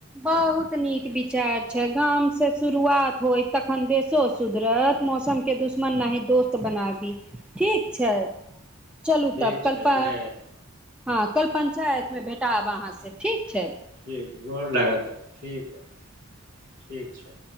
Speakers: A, in the centre; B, on the right (about 60°).
A: बहुत नीक विचार छै गाम से शुरुआत होय तखन देशो सुधरत मौसम के दुश्मन नाही दोस्त बनाबी ठीक छै चलू
B: ठीक
A: तब
B: छै
A: कलप
B: जय
A: हँ कल पञ्चायत में भेटाब अहाँ से ठीक छै
B: ठीक गोर लागतऽ ठीक हइ ठीक छै